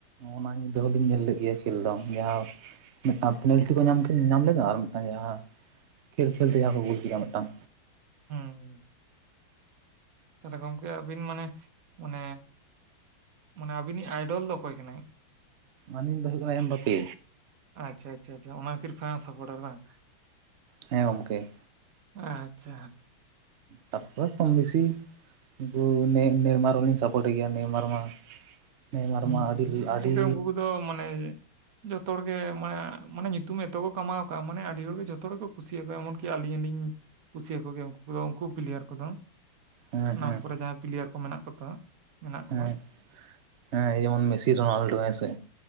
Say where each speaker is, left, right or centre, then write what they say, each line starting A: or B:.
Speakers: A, on the right (about 75°); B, on the right (about 50°).
A: ᱚᱱᱟ ᱧᱤᱫᱟᱹ ᱦᱚᱸᱞᱤᱧ ᱧᱮᱞ ᱞᱮᱜ ᱜᱮᱭᱟ ᱠᱷᱮᱞ ᱫᱚ ᱡᱟᱦᱟᱸ <unintelligible> ᱴᱤ ᱠᱚ ᱧᱟᱢ ᱧᱟᱢ ᱞᱮᱫᱟ ᱟᱨ ᱢᱤᱫᱴᱟᱝ ᱡᱟᱦᱟᱸ ᱠᱷᱮᱞ ᱠᱷᱮᱞ ᱛᱮ ᱡᱟᱦᱟᱸ ᱠᱚ ᱜᱚᱞ ᱠᱮᱫᱟ ᱢᱤᱫᱴᱟᱝ᱾
B: ᱦᱮᱸ ᱦᱩᱸ᱾ ᱛᱟᱦᱚᱞᱮ ᱜᱚᱝᱠᱮ ᱟᱵᱤᱱ ᱢᱟᱱᱮ ᱢᱟᱱᱮ ᱢᱟᱱᱮ ᱟᱵᱤᱱᱤᱜ ᱟᱭᱰᱚᱞ ᱫᱚ ᱚᱠᱚᱭ ᱠᱟᱱᱟᱭ?
A: ᱟᱹᱞᱤᱧ ᱫᱚ ᱦᱩᱭᱩᱜ ᱠᱟᱱᱟ ᱮᱢ ᱵᱟᱯᱤ᱾
B: ᱟᱪᱪᱷᱟ ᱟᱪᱪᱷᱟ ᱟᱪᱪᱷᱟ ᱚᱱᱟ ᱠᱷᱛᱤᱨ <unintelligible> ᱥᱟᱯᱴᱟᱨ ᱵᱟᱝ
A: ᱦᱮᱸ ᱜᱚᱝᱠᱮ᱾
B: ᱟᱪᱪᱷᱟ ᱦᱟᱹᱜ᱾
A: ᱛᱟᱨᱯᱚᱨ ᱠᱚᱢ ᱵᱮᱥᱤ ᱩᱱᱠᱩ ᱱᱮᱭᱢᱟᱨ ᱦᱚᱸᱞᱤᱧ ᱥᱟᱯᱚᱴᱮ ᱜᱮᱭᱟ ᱱᱮᱭᱢᱟᱨ ᱦᱚᱸ ᱢᱟ ᱱᱮᱭᱢᱟᱨ
B: ᱦᱩᱸ
A: ᱢᱟ ᱟᱹᱰᱤᱞ ᱟᱹᱰᱤ
B: ᱜᱚᱝᱠᱮ ᱩᱱᱠᱩ ᱠᱚᱫᱚ ᱢᱟᱱᱮ ᱡᱚᱛᱚ ᱦᱚᱲ ᱜᱮ ᱢᱟᱱᱮ ᱢᱟᱱᱮ ᱧᱩᱛᱩᱢ ᱮᱛᱚ ᱠᱚ ᱠᱟᱢᱟᱣ ᱠᱟᱜ ᱢᱟᱱᱮ ᱟᱹᱰᱤ ᱦᱚᱲᱜᱮ ᱡᱚᱛᱚ ᱦᱚᱲ ᱜᱮᱠᱚ ᱠᱩᱥᱤᱭᱟᱠᱚᱣᱟ ᱮᱢᱚᱱ ᱠᱤ, ᱠᱮᱭᱟ ᱟᱹᱞᱤᱧ ᱦᱚᱸ ᱞᱤᱧ ᱠᱩᱥᱤᱭᱟᱠᱚ ᱜᱮᱭᱟ ᱩᱱᱠᱩ ᱠᱚᱫᱚ ᱩᱱᱠᱩ ᱯᱞᱮᱭᱟᱨ ᱠᱚᱫᱚ᱾
A: ᱦᱮᱸ ᱦᱮᱸ
B: ᱱᱟᱢ ᱠᱚᱨᱮ ᱡᱟᱦᱟᱸᱭ ᱯᱞᱮᱭᱟᱨ ᱠᱚ ᱢᱮᱱᱟᱜ ᱠᱚᱛᱟ ᱢᱮᱱᱟᱜ
A: ᱦᱮᱸ
B: ᱠᱚᱣᱟ
A: ᱦᱮᱸ ᱡᱮᱢᱚᱱ ᱢᱮᱥᱤ ᱨᱚᱱᱟᱞᱰᱳ ᱦᱮᱸᱥᱮ᱾